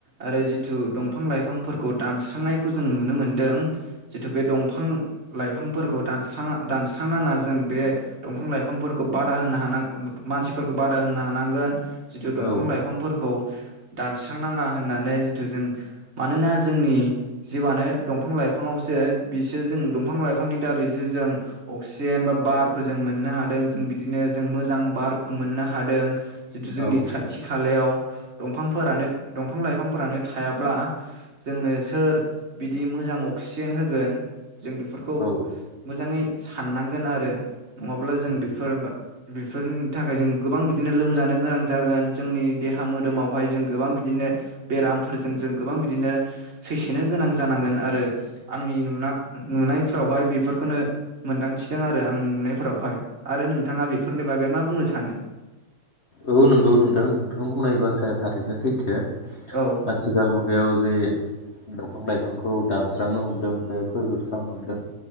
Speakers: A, on the right (about 45°); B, on the left (about 50°).
A: आरो जिथु दंफां लाइफांफोरखौ दानस्रांनायखौ जों नुनो मोन्दों जिथु बे दंफां लाइफांफोरखौ दानस्रां दानस्रांनााङा जों बे दंफां लाइफांफोरखौ बादा होनो हान मानसिफोरखौ बादा होनो हानांगोन। जिथु
B: औ
A: दंफां लाइफांफोरखौ दानस्रांनाङा होननानै जिथु जों मानोना जोंनि जिउआनो दंफां लाइफाङावसो बिसोर जों दंफां लाइफांनि दारैसो जों अक्सिजेन बा बारखौ जों मोननो हादों जों बिदिनो जों मोजां बारखौ मोननो हादों जिथु जोंनि
B: औ
A: खाथि खालायाव दंफांफोरानो दंफां लाइफांफोरानो थायाब्ला जोंनो सोर बिदि मोजां अक्सिजेन होगोन जों बेफोरखौ
B: औ
A: मोजाङै साननांगोन आरो नङाब्ला जों
B: औ
A: बेफोर बेफोरनि थाखाय जों गोबां बिदिनो लोमजानो गोनां जागोन जोंनि देहा मोदोमावहाय जों गोबां बिदिनो बेरामफोरजों जों गोबां बिदिनो सैसोनो गोनां जानांगोन आरो आंनि नुना नुनायफोरावहाय बेफोरखौनो मोनदांथिदों आरो आंनि नुनायफोरावहाय आरो नोंथाङा बेफोरनि बागै मा बुंनो सानो?
B: औ नंगौ नोंथां नोंथां बुंनाय बाथ्राया थारैनो सैथो
A: औ
B: आथिखाल मुगायाव जे बिफां लाइफांखौ दानस्रांनो हमदों बे फोजोबस्रांनो हमदों